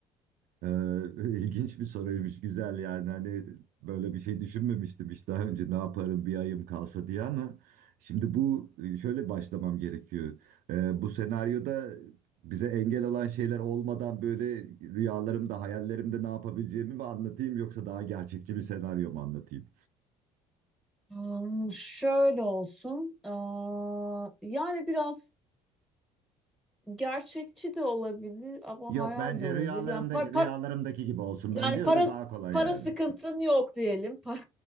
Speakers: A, on the right (about 60°); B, in the centre.
A: Ee, <laughs> ilginç bir soruymuş, güzel yani hani böyle bir şey düşünmemiştim hiç daha önce ne yaparım bir ayım kalsa diye ama şimdi bu e, şöyle başlamam gerekiyor. Ee, bu senaryoda bize engel olan şeyler olmadan böyle rüyalarımda, hayallerimde ne yapabileceğimi mi anlatayım yoksa daha gerçekçi bir senaryo mu anlatayım?
B: Hmm, Şöyle olsun. Aa, yani biraz gerçekçi de olabilir ama
A: Yok
B: hayal
A: bence
B: de olabilir.
A: rüyalarımdaki
B: Yani para,
A: rüyalarımdaki gibi olsun
B: yani
A: bence
B: para
A: öyle daha kolay
B: para
A: yani.
B: sıkıntın yok diyelim. <laughs> Para,